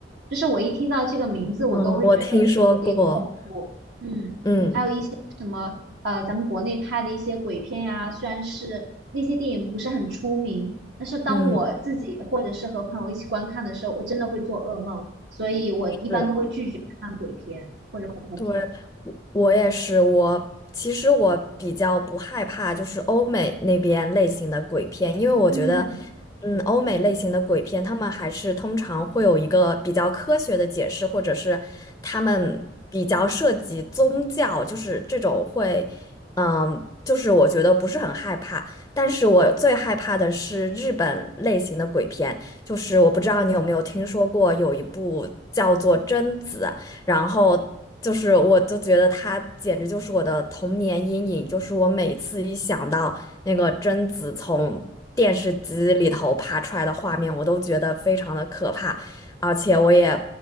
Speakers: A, on the right; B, on the left.
A: 就是我一听到这个名字，我都会觉得有点恐怖。
B: 嗯，我听说过，
A: 嗯。
B: 嗯
A: 什么呃，咱们国内拍的一些鬼片呀，虽然是那些电影不是很出名，但是当我自己或者是和朋友一起观看的时候，
B: 嗯，
A: 我真的会做噩梦，所以我一般都会拒绝看鬼片或者恐怖片。
B: 是。对，我我也是，我其实我比较不害怕，就是欧美那边类型的鬼片，因为我觉得，
A: 嗯
B: 嗯，欧美类型的鬼片，他们还是通常会有一个比较科学的解释，或者是他们比较涉及宗教，就是这种会，嗯，就是我觉得不是很害怕，但是我最害怕的是日本类型的鬼片，就是我不知道你有没有听说过有一部叫做《贞子》。然后就是我就觉得他简直就是我的童年阴影，就是我每次一想到那个贞子从电视机里头爬出来的画面，我都觉得非常的可怕，而且我也